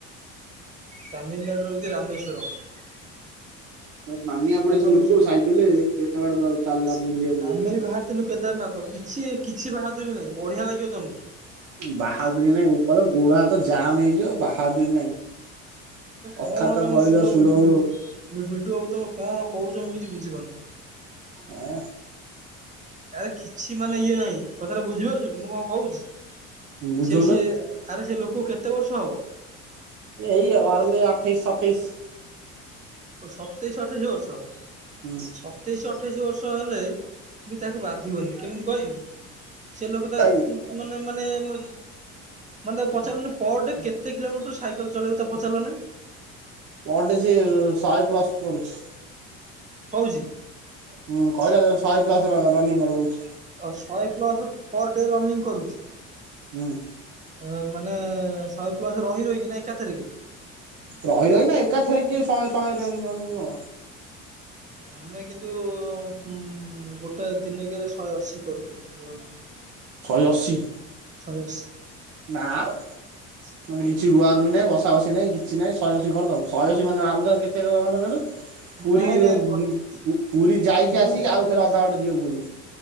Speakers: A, on the right; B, on the right.
A: ତାମିଲନାଡୁର ହୋଉଚି ରାମେଶ୍ୱରମ୍।
B: ଆ ମାନିବାକୁ ପଡିବ ସେ
A: ହଉଛି
B: ଲୋକକୁ ସାଇକେଲରେ ଯାଇଁ କେତେ ବାଟ ଦ ଚାଲିଲା ବୁଲିବାକୁ
A: ଆମେ
B: ଯାଉ
A: ବି ବାହାରିଥିଲୁ କେଦାରନାଥ କିଛି କିଛି ବାହାଦୁରୀ ନାହିଁ ବଢିଆ ଲାଗିବ ତମକୁ।
B: ବାହାଦୁରୀ ନାଇଁ ବୋପାଲୋ ଗୋଡ ହାତ ଜାମ୍ ହେଇଯିବ ଆଉ ବାହାଦୁରୀ ନାଇଁ। ଅଥାତ
A: କଣ ତମେ
B: କହିଲ
A: ମିଟୁ ବା
B: ସୁଲଭ
A: ମି ମି ମି ମିଟୁ ବାବୁ ତମେ କଣ କୋହୁଚ ମୁଁ କିଛି ବୁଝିପାରୁନି।
B: ଉଁ?
A: ଆରେ କିଛି ମାନେ ଇଏ ନାହିଁ କଥାଟା ବୁଝିପାରୁଚ ଟି ମୁଁ କଣ କୋହୁଚି
B: ବୁଝଉନ
A: ସେ ସେ ଆରେ ସେ ଲୋକକୁ କେତେ ବର୍ଷ ହବ?
B: ଏଇ ଅରଲି ଅଠେଇଶ ସତେଇଶ।
A: ଓ ସତେଇଶ ଅଠେଇସି ବର୍ଷ।
B: ହୁଁ।
A: ସତେଇଶ ଅଠେଇଶ ବର୍ଷ ହେଲେ ବି ତାକୁ ବାଧିବନି କେମିତି କହିବି ସେ ଲୋକଟା
B: ହୁଁ
A: ଉଁ ମାନେ ମାନେ ମ ମାନେ ତାକୁ ପଚାରିଲନି ପରେ ଡେ କେତେ କିଲୋମିଟର ସାଇକେଲ ଚଳେଇବ ତାକୁ ପଚାରଲ ନେଇ।
B: ପର ଡେ ସିଏ ଶହେ ପ୍ଲସ କରୁଛି।
A: ହୋଉଚି?
B: ହୁଁ କହିଲା ତ ଶହେ ପ୍ଲସ ର ରନିଂ <unintelligible> ରହୁଚି।
A: ଆଉ ଶହେ ପ୍ଲସ ପର ଡେ ରନିଂ କରୁଚି।
B: ହୁଁ
A: ଅ ମାନେ ଶହେ ପ୍ଲସ ରହି ରହିକି ନା ଏକା ଥରକରେ?
B: ରହି ରହି ନା ଏକାଥରେ କିଏ ଶହେ ଶହେରେ ନ ନବ।
A: ଆମେ କିନ୍ତୁ ଉଁ ଗୋଟେ ଦିନେକେରେ ଶହେ ଅଶୀ କରିଥିଲୁ। ରନିଙ୍ଗ୍।
B: ଶହେ ଅଶୀ?
A: ଶହେ ଅଶୀ।
B: ନାମ ମାନେ କିଛି ରୁଆ ରୁଇ ନହିଁ ବସା ବସି ନାଇଁ କିଛି ନାଇଁ ଶହେ ଅଶୀ କରିଦବ। ଶହେ ଅଶୀ ମାନେ ଭାବୁଥାଅ କେତେ କିଲ ଖଣ୍ଡେ କହିଲ? ପୁରୀ
A: ନାଇଁ ନାଇଁ
B: ଏ ଉଁ ପୁ ପୁରୀ ଯାଇକି
A: ପୁରୀ
B: ଆସିକି ଆଉ ଥରେ ଅଧାବାଟ ଯିବ ପୁରି।